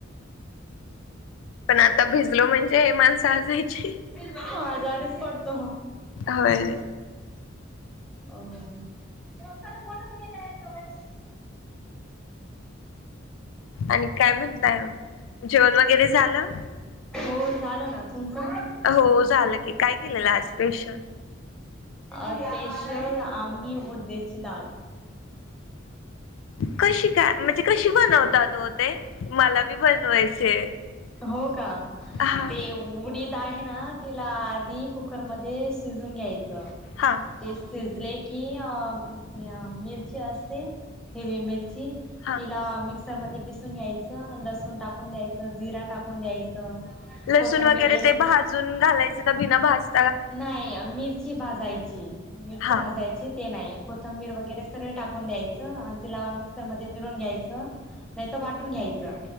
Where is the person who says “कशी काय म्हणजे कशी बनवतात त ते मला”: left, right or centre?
Left